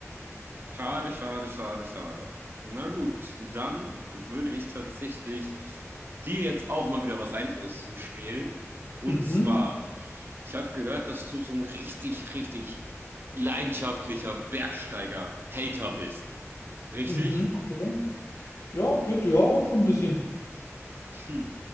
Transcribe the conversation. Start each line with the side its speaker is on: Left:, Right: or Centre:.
Right: Schade, schade, schade, schade. Na gut, dann würde ich tatsächlich dir jetzt auch mal wieder was Einfaches zuspielen. Und
Left: Mhm,
Right: zwar, ich habe gehört, dass du so ein richtig, richtig leidenschaftlicher Bergsteiger-Hater bist. Richtig?
Left: mhm, okay. Ja, geht ja schon ein bisschen.
Right: Hm.